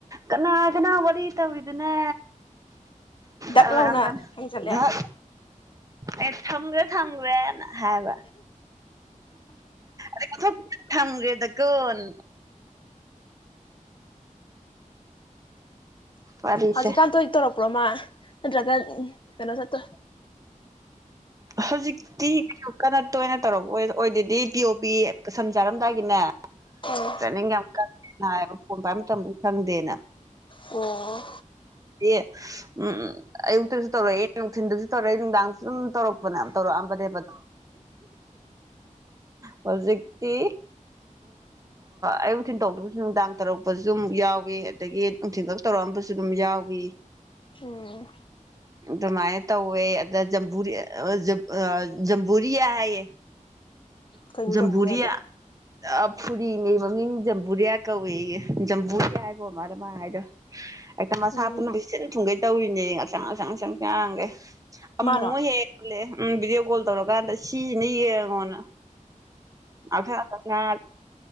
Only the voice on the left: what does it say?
ꯗꯛ
ꯂꯥꯎꯅ ꯍꯪꯖꯜꯂꯛꯑꯦ
ꯍꯧꯖꯤꯛꯀꯥꯟꯗꯣ ꯑꯩ ꯇꯧꯔꯛꯄ꯭ꯔꯣꯃ ꯒꯥ ꯀꯣ ꯆꯠꯇ
ꯑꯣ
ꯑꯣ
ꯎꯝ
ꯀꯩꯅꯣ ꯖꯝꯕꯨ
ꯌꯥꯗꯦ
ꯎꯝ
ꯃꯥꯔꯣ